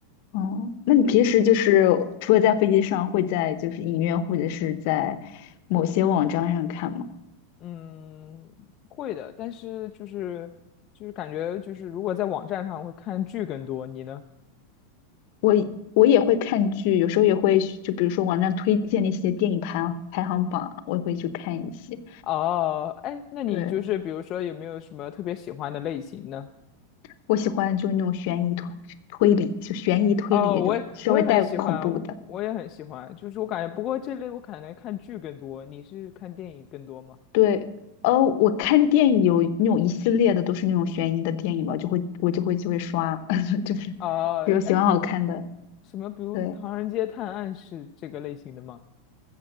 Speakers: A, on the left; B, on the left.
A: 嗯，那你平时就是除了在飞机上，会在就是影院或者是在某些网站上看吗？
B: 嗯，会的，但是就是就是感觉就是如果在网站上会看剧更多，你呢？
A: 我也我也会看剧，有时候也会去就比如说网站推荐那些电影排行排行榜啊我也会去看一些。
B: 哦，哎，那你就是比如说有没有什么特别喜欢的类型呢？
A: 对，我喜欢就是那种悬疑推推理，就悬疑推理那种稍微带恐怖的。
B: 哦，我也我也很喜欢，我我也很喜欢，就是我感觉，不过这类我可能看剧更多，你是看电影更多吗？
A: 对，呃，我看电影有那种一系列的都是那种悬疑的电影吧，就会我就会就会刷，<laughs> 就是
B: 啊、
A: 比有喜欢好看的。
B: 哎，什么，比如《唐人街探案》是这个类型的吗？
A: 对，